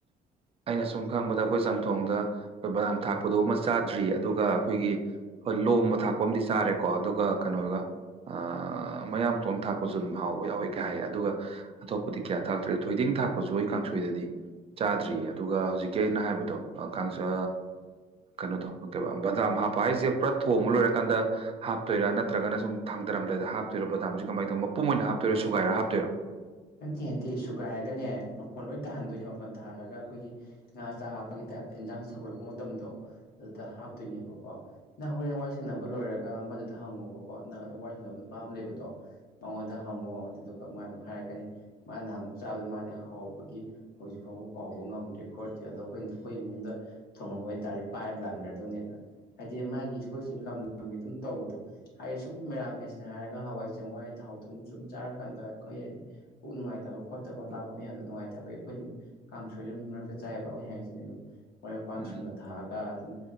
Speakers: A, on the right; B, on the left.
A: ꯑꯩꯅ ꯁꯨꯝ ꯈꯪꯕꯗ ꯑꯈꯣꯏ ꯆꯝꯊꯣꯡꯗ ꯈꯣꯏ ꯕꯗꯥꯝ ꯊꯥꯛꯄꯗꯣ ꯑꯃ ꯆꯥꯗ꯭ꯔꯤ ꯑꯗꯨꯒ ꯑꯈꯣꯏꯒꯤ ꯍꯣꯏ ꯂꯣꯝꯕ ꯊꯥꯛꯄ ꯑꯃꯗꯤ ꯆꯥꯔꯦꯀꯣ ꯑꯗꯨꯒ ꯀꯩꯅꯣꯒ ꯑꯥ ꯃꯌꯥꯡꯇꯣꯟ ꯊꯥꯛꯄꯖꯨ ꯑꯗꯨꯝ ꯍꯥꯎꯕ ꯌꯥꯎꯋꯦ ꯀꯥꯏ ꯍꯥꯏ ꯑꯗꯨꯒ ꯑꯇꯣꯞꯄꯗꯤ ꯀꯌꯥ ꯊꯥꯛꯇ꯭ꯔꯦ ꯊꯣꯏꯗꯤꯡ ꯊꯥꯛꯄꯖꯨ ꯑꯩ ꯀꯥꯡꯁꯣꯏꯗꯗꯤ ꯆꯥꯗ꯭ꯔꯤꯌꯦ ꯗꯨꯒ ꯍꯧꯖꯤꯛꯀꯤ ꯑꯩꯅ ꯍꯥꯏꯕꯗꯣ ꯀꯥꯡꯁ ꯀꯩꯅꯣꯗꯣ ꯀꯩꯕ ꯕꯗꯥꯝ ꯍꯥꯞꯄ ꯍꯥꯏꯖꯦ ꯄꯨꯔꯥ ꯊꯣꯡꯕ ꯂꯣꯏꯔꯀꯥꯟꯗ ꯍꯥꯞꯇꯣꯏꯔꯥ ꯅꯠꯇ꯭ꯔꯒꯅ ꯁꯨꯝ ꯊꯥꯡꯗꯔꯝꯗꯥꯏꯗ ꯍꯥꯞꯇꯣꯏꯔ ꯕꯗꯥꯝꯖꯤ ꯀꯃꯥꯏ ꯇꯧ ꯃꯄꯨꯝ ꯑꯣꯏꯅ ꯍꯥꯞꯇꯣꯏꯔꯣ ꯁꯨꯒꯥꯏꯔ ꯍꯥꯞꯇꯣꯏꯔꯣ
B: ꯅꯠꯇꯦ ꯅꯠꯇꯦ ꯁꯨꯒꯥꯏꯔꯒꯅꯦ ꯃꯐꯣꯟ ꯂꯣꯏ ꯇꯥꯍꯟꯗꯣꯏꯅꯦ ꯃꯐꯣꯟ ꯇꯥꯍꯜꯂꯒ ꯑꯈꯣꯏꯒꯤ ꯉꯥ ꯆꯥꯛ ꯍꯥꯞꯄꯒꯤ ꯇꯥꯏꯞꯇ ꯏꯟꯁꯥꯡ ꯁꯧꯒꯠꯂꯛꯄ ꯃꯇꯝꯗꯣ ꯑꯗꯨꯗ ꯍꯥꯞꯇꯣꯏꯅꯦꯕꯀꯣ ꯅꯪ ꯍꯣꯔꯦꯟ ꯋꯥꯔꯤ ꯁꯥꯟꯅꯕ ꯂꯣꯏꯔꯒ ꯑꯃꯗꯨꯗ ꯍꯪꯉꯣꯕꯀꯣ ꯅꯪ ꯑꯗꯨꯝ ꯋꯥꯔꯤ ꯁꯥꯟꯅꯕ ꯅꯨꯄꯥ ꯑꯃ ꯂꯩꯕꯗꯣ ꯃꯉꯣꯟꯗ ꯍꯪꯉꯣ ꯑꯗꯨꯗꯨꯒ ꯃꯥ ꯑꯗꯨꯝ ꯍꯥꯏꯔꯛꯀꯅꯤ ꯃꯥ ꯅꯍꯥꯟꯃꯨꯛ ꯆꯥꯕꯗꯣ ꯃꯥꯗꯤ ꯍꯥꯎꯕꯒꯤ ꯍꯧꯖꯤꯛ ꯐꯥꯎꯕ ꯀꯥꯎꯕ ꯉꯝꯗꯦ ꯈꯣꯠꯇꯦ ꯑꯗꯣ ꯑꯩꯈꯣꯏ ꯑꯩꯈꯣꯏ ꯏꯃꯨꯡꯗ ꯊꯣꯡꯉꯝꯕ ꯑꯣꯏꯇꯥꯥꯔꯦ ꯄꯥꯏꯔ ꯂꯥꯟꯈ꯭ꯔꯗꯧꯅꯦꯅ ꯍꯥꯏꯗꯤ ꯃꯥꯒꯤ <unintelligible> ꯁꯈꯣꯏꯁꯨ ꯑꯗꯨꯝ ꯂꯝ ꯂꯝꯒꯤ ꯑꯗꯨꯝ ꯇꯧꯕꯗꯣ ꯍꯥꯏꯗꯤ ꯁꯨꯝ ꯃꯦꯔꯥꯃꯦꯁꯅꯦ ꯍꯥꯏꯔꯒ ꯍꯋꯥꯏ ꯆꯦꯡꯋꯥꯏ ꯊꯥꯎ ꯊꯨꯝ ꯁꯨꯝ ꯆꯥꯔꯀꯥꯟꯗ ꯑꯩꯈꯣꯏ ꯍꯥꯏꯗꯤ ꯄꯨꯛ ꯅꯨꯡꯉꯥꯏꯇꯕ ꯈꯣꯠꯇꯕ ꯂꯥꯛꯄ ꯃꯌꯥꯝꯗꯣ ꯅꯨꯡꯉꯥꯏꯇꯕꯒꯤ ꯑꯩꯈꯣꯏ ꯑꯗꯨꯝ ꯀꯥꯡ ꯁꯣꯏꯖꯨ ꯑꯗꯨꯝ ꯃꯔꯛꯇ ꯆꯥꯏꯑꯦꯕ ꯑꯣꯏ ꯍꯥꯏꯔꯤꯁꯤꯅꯦ ꯑꯗꯨꯝ ꯃꯔꯣꯏ ꯃꯄꯥꯡ
A: ꯎꯝ
B: ꯁꯨꯅ ꯊꯥꯛꯑꯒ ꯑꯗꯨꯝ